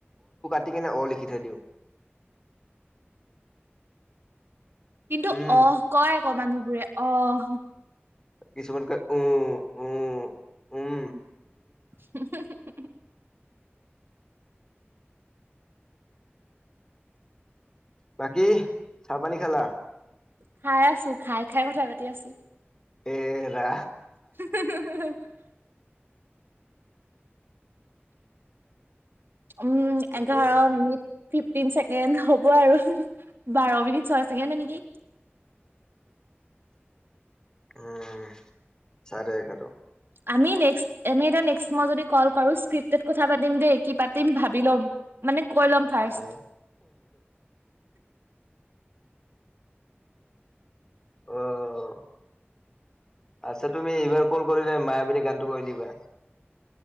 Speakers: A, on the left; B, on the right.
A: লিখি কিনে অ', লিখি থৈ দিওঁ।
B: কিন্তু
A: উম
B: অহ', কয় আকৌ মানুহবোৰে, অহ'
A: কিছুমানে কয়, উম, উম, উম।
B: <inaudible>
A: বাকী, চাহ-পানী খালা?
B: খাই আছোঁ। খাই-খাই কথা পাতি আছোঁ।
A: এই ৰা
B: <inaudible> উম।
A: ঠিকে
B: এঘাৰ মিনিট ফিফটিন ছেকেণ্ড হ'ব আৰু বাৰ মিনিট, চয় ছেকেণ্ডে নেকি?
A: উম। চাৰে এঘাৰ
B: আমি নেক্স্ট, এনে এতিয়া নেক্স্ট মই যদি কল কৰোঁ, স্ক্ৰিপ্টেড কথা পাতিম দেই। কি পাতিম ভাবি ল'ম, মানে কয় ল'ম ফাৰ্ষ্ট
A: আহ অ', আচ্ছা, তুমি এইবাৰ কল কৰিলে মায়াবিনী গানটো গাই দিবা।